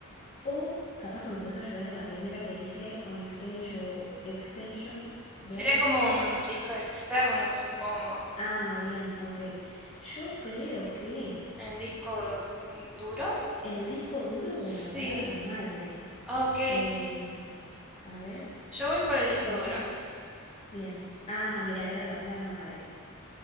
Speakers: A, on the left; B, in the centre.
A: o capaz que me podés ayudar en la primera que dice on extension, extension board.
B: Sería como un disco externo, supongo.
A: Ah, bien, ok. Yo creo que
B: ¿En el disco duro?
A: en el disco duro
B: Sí.
A: o en la placa madre.
B: Ok.
A: Em, a ver,
B: Yo voy por el disco
A: vamos.
B: duro.
A: Bien. Ah, mira, era la placa madre.